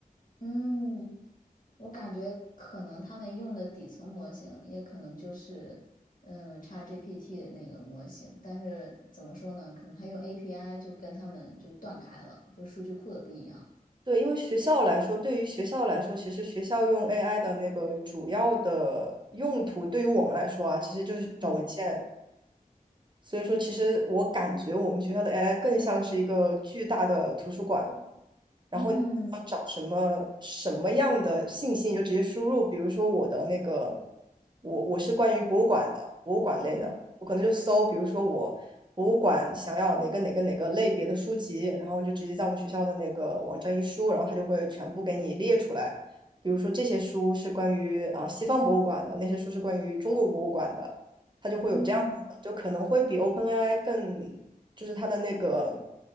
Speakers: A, on the left; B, on the right.
A: 嗯，我感觉可能他们用的底层模型，也可能就是嗯 ChatGPT 的那个模型，但是怎么说呢？可能他用 API 就跟他们就断开了，就数据库的不一样。
B: 对，因为学校来说，对于学校来说，其实学校用 AI 的那个主要的用途，对于我们来说啊，其实就是找文献。
A: 嗯
B: 所以说，其实我感觉我们学校的 AI 更像是一个巨大的图书馆，然后你要找什么什么样的信息，
A: 嗯
B: 你就直接输入。比如说我的那个，我我是关于博物馆的，博物馆类的，
A: 嗯
B: 我可能就搜，比如说我博物馆想要哪个哪个哪个类别的书籍，然后你就直接在我们学校的那个网站一输，然后它就会全部给你列出来。比如说这些书是关于啊、西方博物馆的，那些书是关于中国博物馆的，它就会有这样子的，
A: 嗯。
B: 就可能会比 OpenAI 更，就是它的那个